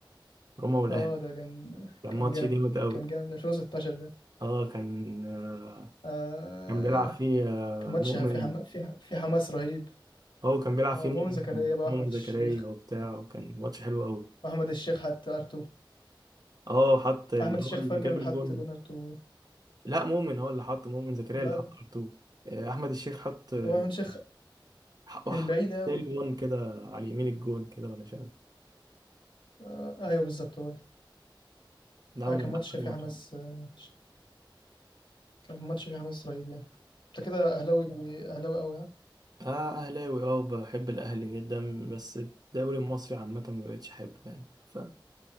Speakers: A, on the right; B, on the left.
A: روما والاهلي
B: اه ده كان
A: كان
B: كان
A: ماتش
B: جامد
A: جامد قوي
B: كان جامد 2016 ده
A: اه كان آه
B: آه...
A: كان بيلعب فيه آه
B: كان ماتش
A: مؤمن
B: في حما... في ح... في حماس رهيب
A: هو كان بيلعب
B: آه،
A: فيه مؤمن
B: مؤمن زكريا بقى
A: مؤمن
B: احمد الشيخ
A: زكريا وبتاع وكان ماتش حلو قوي
B: احمد الشيخ حط ارتو
A: اه حط اللي
B: احمد الشيخ
A: هو
B: فاكر
A: اللي جاب الجون
B: حط جون ارتو
A: لا مؤمن هو اللي حط مؤمن زكريا
B: لا
A: اللي حط
B: لا،
A: ار احمد الشيخ حط آه،
B: هو احمد الشيخ
A: حط
B: من
A: حط
B: بعيد قوي
A: تاني جون كده على يمين الجون كده ولا مش عارف
B: آه... ايوه بالظبط هو ده
A: نعم
B: آه،
A: من
B: كان ماتش
A: أحلى
B: في
A: الماتشات.
B: حماس آه، كان ماتش في حماس رهيب يعني انت كده اهلاوي اهلاوي قوي ها
A: اه اهلاوي اه بحب الاهلي جدا بس الدوري المصري عامه ما بقتش احبه يعني فالدوري